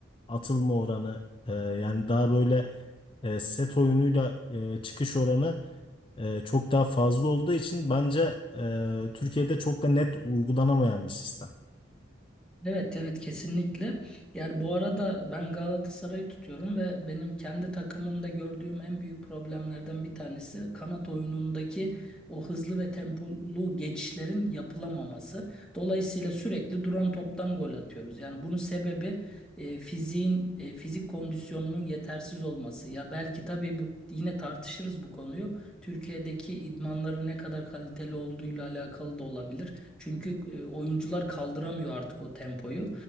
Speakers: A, on the left (about 25°); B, in the centre.
A: atılma oranı e, yani daha böyle e, set oyunuyla e, çıkış oranı e, çok daha fazla olduğu için bence e, Türkiye'de çok da net uygulanamayan bir sistem.
B: Evet evet kesinlikle. Yani bu arada ben Galatasaray'ı tutuyorum ve benim kendi takımımda gördüğüm en büyük problemlerden bir tanesi kanat oyunundaki o hızlı ve tempolu geçişlerin yapılamaması. Dolayısıyla sürekli duran toptan gol atıyoruz. Yani bunun sebebi e, fiziğin e, fizik kondisyonunun yetersiz olması. Ya belki tabii bu yine tartışırız bu konuyu. Türkiye'deki idmanların ne kadar kaliteli olduğuyla alakalı da olabilir. Çünkü e, oyuncular kaldıramıyor artık o tempoyu.